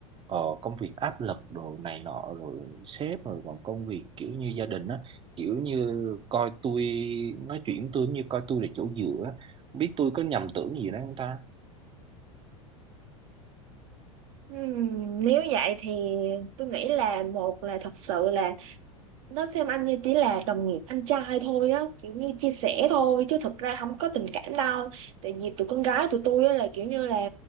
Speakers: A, on the right; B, on the right.
A: ờ, công việc áp lực rồi này nọ rồi sếp rồi còn công việc kiểu như gia đình á kiểu như coi tôi nói chuyện tôi như coi tôi là chỗ dựa á. không biết tôi có nhầm tưởng gì đó không ta
B: Ừm, nếu vậy thì tôi nghĩ là một là thật sự là nó xem anh như chỉ là đồng nghiệp anh trai thôi á kiểu như chia sẻ thôi chứ thực ra không có tình cảm đâu tại vì tụi con gái tụi tôi á là kiểu như là